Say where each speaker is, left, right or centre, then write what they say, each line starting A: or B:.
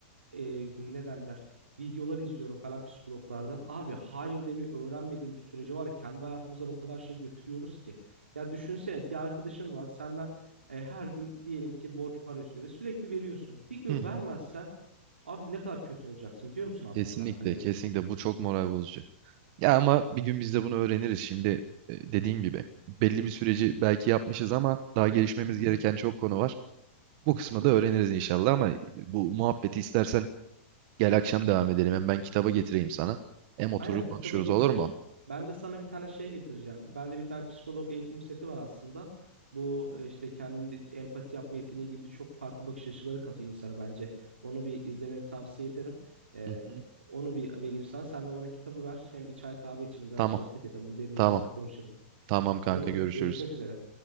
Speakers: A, on the right; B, on the right.
A: e, ne derler? Videolar izliyorum falan psikologlardan. Abi hayır demeyi öğrenmediğim bir sürece var ya kendi hayatımızdan o kadar şey götürüyoruz ki. Ya düşünsene bir arkadaşın var senden e, her gün diyelim ki borç para istiyor ve sürekli veriyorsun. Bir gün
B: Hı hı.
A: vermezsen Abi ne kadar kötü olacaksın biliyor musun aslında?
B: Kesinlikle,
A: Hani
B: kesinlikle bu çok moral bozucu. Ya ama bir gün biz de bunu öğreniriz. Şimdi e, dediğim gibi belli bir süreci belki yapmışız ama daha gelişmemiz
A: Hı hı.
B: gereken çok konu var. Bu kısmı da öğreniriz inşallah ama e, bu muhabbeti istersen gel akşam devam edelim. Hem ben kitaba getireyim sana. Hem oturur
A: aynen
B: konuşuruz
A: kitabı getir.
B: olur mu?
A: Ben de sana bir tane şey getireceğim. Bende bir tane psikolog eğitim seti var aslında. Bu e, işte kendi empati yapma yeteneğiyle ilgili çok farklı bakış açıları katıyor insana bence. Onu bir izlemeni tavsiye ederim. Ee,
B: Hı hı.
A: onu bir vereyim sana. Sen de bana kitabı ver. Hem bir çay kahve içelim, biraz
B: Tamam,
A: sohbet edelim. Bunu derinlemesine
B: tamam.
A: konuşalım.
B: Tamam kanka
A: Oğlum
B: görüşürüz.
A: görüşmek üzere.